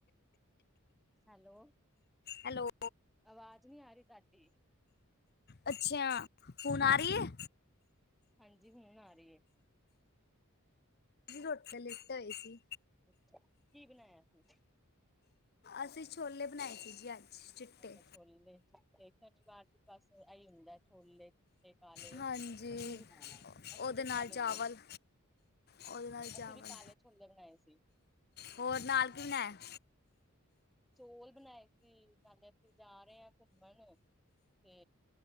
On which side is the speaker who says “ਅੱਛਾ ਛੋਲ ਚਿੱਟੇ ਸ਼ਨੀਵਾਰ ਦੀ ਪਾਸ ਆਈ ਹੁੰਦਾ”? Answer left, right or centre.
Centre